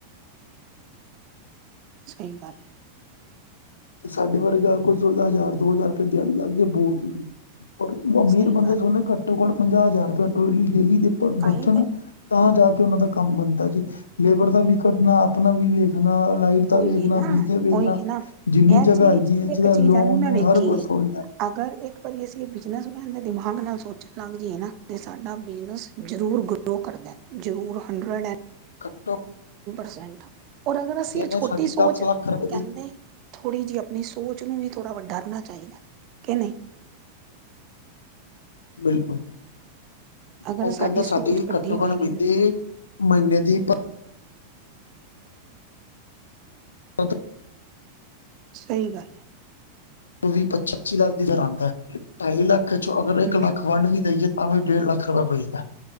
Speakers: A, on the right; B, on the left.
A: ਸਹੀ ਗੱਲ।
B: ਤੇ ਸਾਡੇ ਵਰਗਾ ਕੋਈ ਹਜ਼ਾਰ ਦੋ ਹਜ਼ਾਰ ਰੁਪਏ ਦਿਹਾੜੀ ਲੱਗ ਜੇ ਬਹੁਤ ਹੈਗੀ। ਪਰ ਅਮੀਰ
A: ਸਹੀ
B: ਬੰਦੇ
A: ਗੱਲ
B: ਥੋੜੀ ਨਾ ਘੱਟੋ ਘੱਟ ਪੰਜਾਹ ਹਜ਼ਾਰ ਰੁਪਏ ਡੇਲੀ ਡੇਲੀ ਦੇ ਪਰ
A: ਤਾਂਹੀ
B: ਬਚਣ
A: ਤੇ
B: ਤਾ ਜਾ ਕੇ ਉਹਨਾਂ ਦਾ ਕੰਮ ਬਣਦਾ ਜੀ। ਲੇਬਰ ਦਾ ਵੀ ਕੱਢਣਾ ਆਪਣਾ ਵੀ ਵੇਖਣਾ ਲਾਈਟ ਦਾ
A: ਉਹੀ
B: ਵੇਖਣਾ
A: ਨਾ
B: ਬਿਜਲੀ ਦਾ ਵੇਖਣਾ।
A: ਉਹੀ ਹੈ ਨਾ
B: ਜਿੰਨੀ
A: ਇਹ
B: ਜਗ੍ਹਾ
A: ਚੀਜ਼
B: ਹੈਗੀ ਐ
A: ਇੱਕ
B: ਜਿਹਦਾ
A: ਚੀਜ਼
B: ਲੋਨ
A: ਐ ਵੀ ਮੈਂ ਵੇਖੀ
B: ਏ ਹਰ ਕੋਈ ਸੋਚਦਾ।
A: ਅਗਰ ਇੱਕ ਵਾਰੀ ਅਸੀਂ ਬਿਜਨਸਮੈਨ ਦੇ ਦਿਮਾਗ ਨਾਲ ਸੋਚਣ ਲੱਗ ਜਾਈਏ ਨਾ ਤੇ ਸਾਡਾ ਬਿਜਨਸ ਜ਼ਰੂਰ ਗ ਕਰਦਾ ਜ਼ਰੂਰ ਹੰਡਰਡ ਐਂ
B: ਕੱਟੋਂ
A: ਸੈਂਟ ਔਰ ਅਗਰ ਅਸੀਂ
B: ਨੇ
A: ਛੋਟੀ
B: ਸਾਡੀ
A: ਸੋਚ
B: ਦਸ ਲੱਖ ਰੁਪਏ
A: ਕਹਿੰਦੇ
B: ਦੀ
A: ਥੋੜ੍ਹੀ ਜਿਹੀ ਆਪਣੀ ਸੋਚ ਨੂੰ ਵੀ ਥੋੜ੍ਹਾ ਵੱ ਡਾ ਕਰਨਾ ਚਾਹੀਦਾ ਕਿ ਨਹੀਂ
B: ਬਿਲਕੁਲ
A: ਅਗਰ
B: ਉਹ
A: ਸਾਡੀ
B: ਕਹਿੰਦੇ
A: ਸੋਚ
B: ਸਾਦੀ
A: ਵੱਡੀ
B: ਕੱਟੋਕਟ
A: ਹੋਏਗੀ
B: ਬੀਤੀ
A: ਨਾ
B: ਮਹੀਨੇ ਦੀ ਐ ਤੇ ਹੈ
A: ਸਹੀ ਗੱਲ
B: ਵੀਹ ਪੱਚੀ ਲੱਖ ਦੀ ਦਰ ਆਉਂਦਾ, ਢਾਈ ਲੱਖ ਚੋਂ ਅਗਰ
A: ਗੱਲ
B: ਇੱਕ
A: ਬਿਲ
B: ਲੱਖ ਵੰਡ ਵੀ ਦੇਈਏ ਆਂ ਡੇਢ ਲੱਖ ਰਪ ਪਈਸਾ